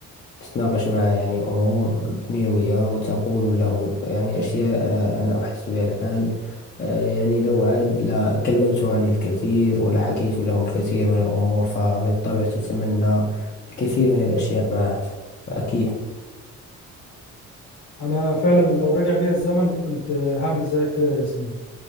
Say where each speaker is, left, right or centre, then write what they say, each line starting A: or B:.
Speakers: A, on the left (about 35°); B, on the left (about 75°).
A: وتتناقش معه يعني أمور دنيوية وتقول له يعني أشياء آه، أنا أحس بها الآن آه، يعني لو عاد لكلمته عن الكثير ولحكيت له الكثير من الأمور فبالطبع تتمنى الكثير من الأشياء معه فأكيد
B: انا فعلا لو رجع بيا الزمن كنت آه، هعمل زيك كده يا ياسين